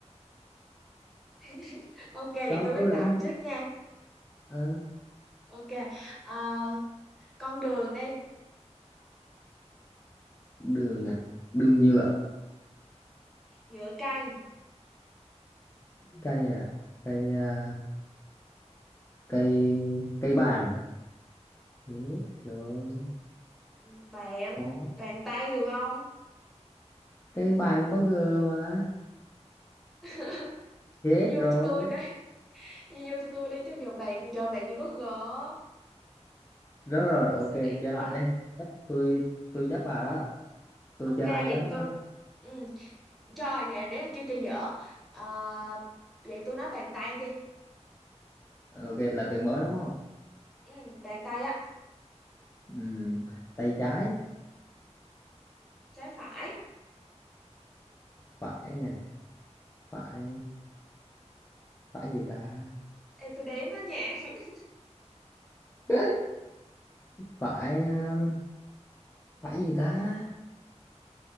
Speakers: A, in the centre; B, on the left.
A: <laughs> ok vậy
B: cho
A: tôi bắt
B: tôi đã
A: đầu
B: nhìn
A: trước nha
B: Ờ.
A: ok ờ, con đường đi
B: đường à? đường nhựa
A: nhựa cây
B: cây à cây à, cây cây bàn đúng rồi
A: Ừ, bạn
B: có
A: bàn tay được không
B: cây bàn có g mà
A: <laughs>
B: chết
A: di vô
B: rồi
A: cho tôi đi <laughs> di vô cho tôi đi chứ giờ bạn giờ bạn như có gỡ
B: rồi rồi
A: để
B: ok
A: tôi suy nghĩ
B: chơi
A: coi
B: lại đi chắc tôi tôi chắc bà đó tôi
A: ok
B: chơi
A: vậy
B: hay lắm á
A: tôi ừ trời vậy nếu kêu cho dở Ờ, vậy tôi nói bàn tay đi
B: ok là từ mới đúng không
A: ừ bàn tay á
B: Ừm, tay trái
A: trái phải
B: phải à, phải phải gì ta
A: Ê, tôi đếm đó nha <laughs>
B: <laughs> phải um, phải gì ta